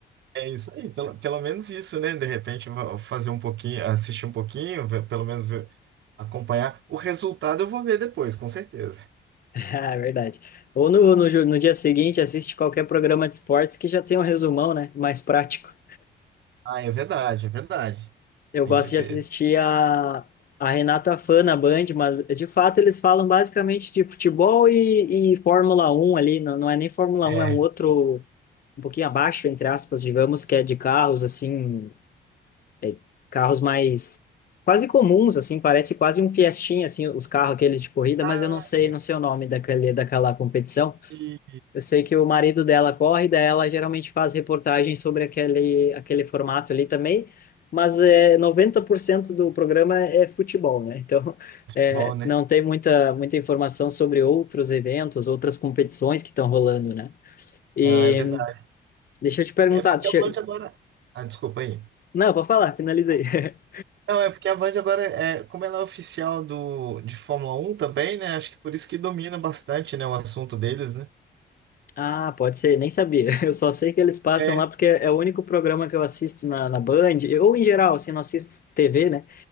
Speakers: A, on the right; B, on the left.
A: É isso aí, pelo, pelo menos isso, né? De repente va- fazer um pouquinho, assistir um pouquinho, ver- pelo menos ver, acompanhar. O resultado eu vou ver depois, com certeza.
B: Ah, é verdade. Ou no, no, jo- no dia seguinte assiste qualquer programa de esportes que já tem um resumão, né? Mais prático.
A: Ah, é verdade, é verdade.
B: Eu
A: Tem
B: gosto
A: que ser.
B: de assistir a, a Renata Fã na Band, mas de fato eles falam basicamente de futebol e, e Fórmula Um ali, não, não é nem Fórmula
A: É.
B: Um, é um outro, um pouquinho abaixo, entre aspas, digamos, que é de carros, assim, é, carros mais quase comuns, assim, parece quase um Fiestinha, assim, os carros aqueles de corrida,
A: Ah,
B: mas eu não sei, não sei o nome daquele, daquela competição.
A: E...
B: Eu sei que o marido dela corre, daí ela geralmente faz reportagem sobre aquele, aquele formato ali também, mas é, 90% do programa é futebol, né? Então, <laughs> é,
A: Bom, né?
B: não tem muita, muita informação sobre outros eventos, outras competições que estão rolando, né? E
A: Ah, é verdade.
B: deixa eu te perguntar,
A: É porque
B: tu che-
A: a Band agora. Ah, desculpa aí.
B: não, pode falar, finalizei. <laughs>
A: Não, é porque a Band agora, é, como ela é oficial do, de Fórmula Um também, né? Acho que por isso que domina bastante, né, o assunto deles, né?
B: Ah, pode ser, nem sabia. <laughs> Eu só sei que eles passam
A: É.
B: lá porque é o único programa que eu assisto na, na Band, ou em geral, assim, não assisto TV, né?